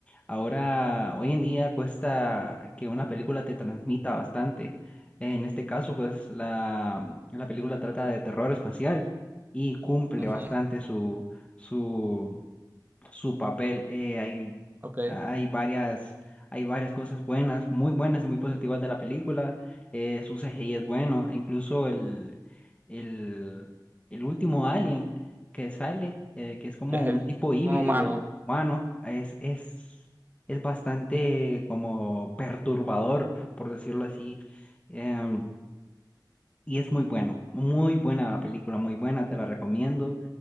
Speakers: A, on the left; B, on the right.
A: ahora, hoy en día cuesta que una película te transmita bastante. En este caso, pues la, la película trata de terror espacial y cumple
B: Ujú,
A: bastante su, su, su papel. eh, hay,
B: Ok.
A: hay varias, hay varias cosas buenas, muy buenas y muy positivas de la película. eh, su CGI es bueno, e incluso el, el, el último alien que sale, eh, que es como
B: Es
A: un tipo híbrido
B: un humano.
A: humano, es, es, es bastante como perturbador, por decirlo así. em, y es muy bueno, muy buena la película, muy buena, te la recomiendo.